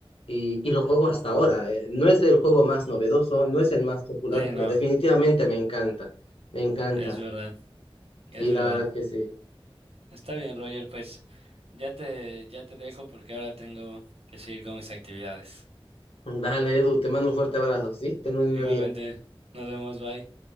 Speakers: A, on the left; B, on the right.
A: y, y lo juego hasta ahora. Eh, No es el juego más novedoso, no es el más popular,
B: Sí,
A: pero
B: no,
A: definitivamente me encanta, me encanta.
B: es verdad, es
A: Sí,
B: verdad.
A: la verdad que sí.
B: Está bien, Roger, pues ya te, ya te dejo porque ahora tengo que seguir con mis actividades.
A: <laughs> Dale, Edu, te mando un fuerte abrazo, ¿sí? Ten un lindo
B: Igualmente,
A: día.
B: nos vemos, bye.